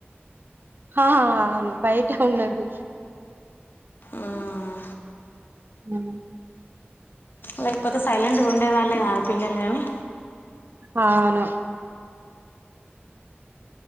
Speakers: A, on the right; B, on the left.
A: ఆ అవును బయట ఉన్నారు
B: మ్మ్.
A: ఉమ్
B: లైక్ పోతే సైలెంట్ గ ఉండే వాళ్ళే కాద్. పిల్లలు గాని.
A: ఆవును